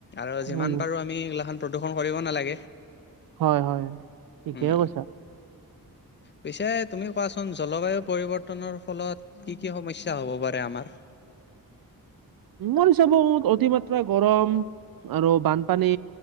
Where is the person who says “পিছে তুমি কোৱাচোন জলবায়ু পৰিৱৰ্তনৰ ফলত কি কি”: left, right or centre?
Left